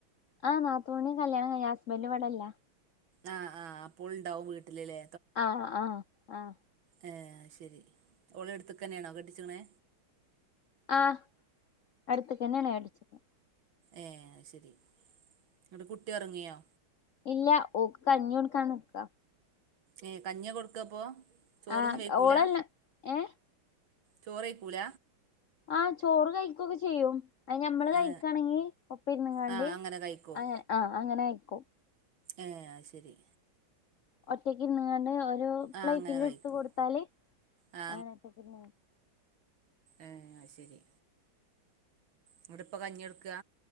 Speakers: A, on the left (about 85°); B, on the right (about 70°).
A: ആഹ് നാത്തൂന് കല്യാണം കഴിഞ്ഞ് ഹസ്ബൻഡ് ഇവടില്ല
B: ആഹ് ആഹ് അപ്പോ ഓള് ഇണ്ടാവും വീട്ടിലല്ലേ
A: ആഹ് ആഹ് ആഹ്
B: ഏഹ് അയ്ശരി ഓളെ അടുത്തുക്കെന്നെയാണോ കെട്ടിച്ചക്കണെ
A: ആഹ് അടുത്തുക്കെന്നാണ് കെട്ടിച്ചക്കണ്
B: ഏഹ് അയ് ശരി ന്നിട്ട് കുട്ടി ഉറങ്ങ്യോ
A: ഇല്ല ഓക്ക് കഞ്ഞി കൊടുക്കാൻ നിക്ക
B: ഏഹ് കഞ്ഞി കൊടുക്കാപ്പോ ചോറൊന്നും
A: ആ
B: വേക്കൂല
A: ഓളെല്ല ഏഹ്
B: ചോറഴിക്കൂല
A: ആഹ് ചോറ് കഴിക്കൊക്കെ ചെയ്യും അ ഞമ്മള് കഴിക്കയാണെങ്കി
B: ഏ
A: ഒപ്പ ഇരുന്നങ്ങാണ്ടി
B: ആ അങ്ങനെ കഴിക്കും
A: അ ആ അങ്ങനെ കഴിക്കും
B: ഏഹ് അത്ശരി
A: ഒറ്റക്ക് ഇര്ന്ന്ങ്ങാണ്ട് ഒരു പ്ലേറ്റില്
B: ആ അങ്ങനെ കഴിക്കും
A: ഇട്ത്തു കൊടുത്താല്
B: ആ
A: അങ്ങനെ ഒറ്റക്ക് <inaudible>
B: ഏഹ് അത്ശരി അതോണ്ട്പ്പ കഞ്ഞിയെടുക്കുക